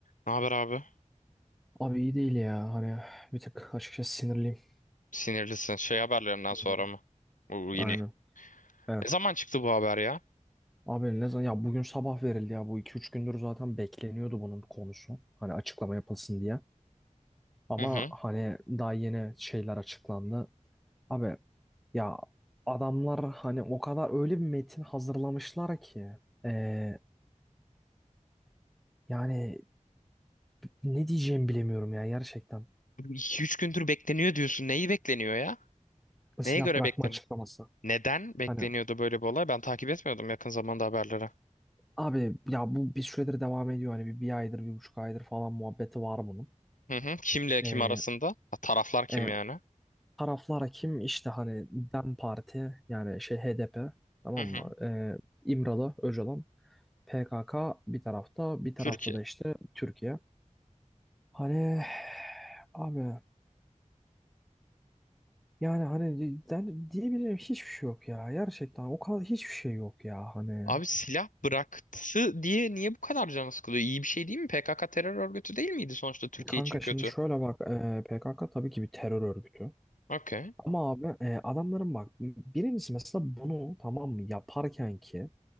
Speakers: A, on the left; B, in the centre.
A: Ne haber abi?
B: Abi iyi değil ya. Hani bir tık açıkçası sinirliyim.
A: Sinirlisin. Şey haberlerinden
B: Hı
A: sonra
B: hı.
A: mı? Bu
B: Aynen.
A: yeni.
B: Evet.
A: Ne zaman çıktı bu haber ya?
B: Abi ne zaman ya bugün sabah verildi ya bu iki üç gündür zaten bekleniyordu bunun konusu. Hani açıklama yapılsın diye. Ama
A: Hı hı.
B: hani daha yeni şeyler açıklandı. Abi ya adamlar hani o kadar öyle bir metin hazırlamışlar ki Ee, yani ne diyeceğimi bilemiyorum ya gerçekten.
A: 2-3 gündür bekleniyor diyorsun. Neyi bekleniyor ya?
B: Silah
A: Neye göre
B: bırakma
A: bekleniyor?
B: açıklaması.
A: Neden bekleniyordu
B: Hani
A: böyle bir olay? Ben takip etmiyordum yakın zamanda haberleri.
B: Abi ya bu bir süredir devam ediyor. Hani bir, bir aydır, bir buçuk aydır falan muhabbeti var bunun.
A: Hı hı. Kimle
B: Ee,
A: kim arasında? Ha, taraflar kim
B: e,
A: yani?
B: taraflara kim? İşte hani DEM Parti yani şey HDP tamam
A: Hı hı.
B: mı? Ee, İmralı, Öcalan, PKK bir tarafta, bir tarafta
A: Türkiye.
B: da işte Türkiye. Hani abi yani hani ben diyebileceğim hiçbir şey yok ya. Gerçekten o kadar hiçbir şey yok ya. Hani
A: Abi silah bıraktı diye niye bu kadar canı sıkılıyor? İyi bir şey değil mi? PKK terör örgütü değil miydi sonuçta Türkiye
B: kanka
A: için
B: şimdi
A: kötü?
B: şöyle bak e, PKK tabii ki bir terör örgütü.
A: Okey.
B: Ama abi e, adamların bak birincisi mesela bunu tamam mı yaparken ki